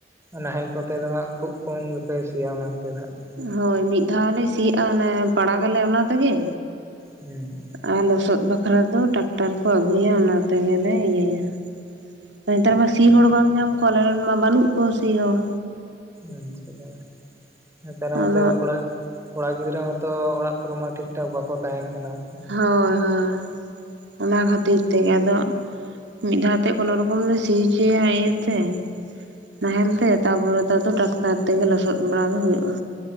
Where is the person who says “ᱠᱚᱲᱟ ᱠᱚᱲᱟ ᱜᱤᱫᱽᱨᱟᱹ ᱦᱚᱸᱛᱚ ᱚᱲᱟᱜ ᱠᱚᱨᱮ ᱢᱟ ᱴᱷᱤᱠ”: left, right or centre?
Right